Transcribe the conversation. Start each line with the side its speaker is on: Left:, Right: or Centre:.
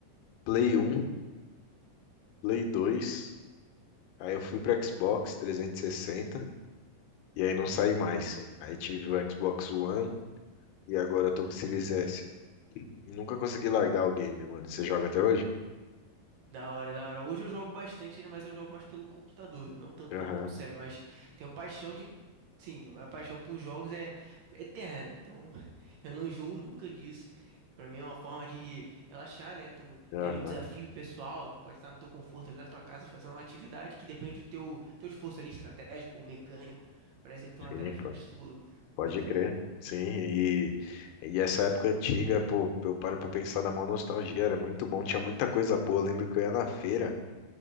Left: Play 1, Play 2, aí eu fui pro Xbox 360 e sessenta e aí não saí mais. Aí tive o Xbox One e agora eu tô com o Series S. Nunca consegui largar o game, mano. Você joga até hoje?
Right: Da hora, da hora. Hoje eu jogo bastante ele, mas eu jogo mais pelo computador, não tanto
Left: Aham,
Right: pelo console, mas tenho paixão de. Sim, a paixão por jogos é eterna, então <laughs> eu não enjoo nunca disso. Pra mim é uma forma de relaxar, né? Tu
Left: aham,
Right: tem ali um desafio pessoal, tu pode estar no teu conforto ali da tua casa, fazer uma atividade que depende do teu, teu esforço ali estratégico ou mecânico para executar uma
Left: sim,
Right: tarefa.
Left: pô.
Right: Eu acho isso
Left: Pode
Right: muito
Left: crer.
Right: bom.
Left: Sim, e, e essa época antiga, pô, eu paro pra pensar da maior nostalgia, era muito bom, tinha muita coisa boa. Eu lembro que eu ia na feira.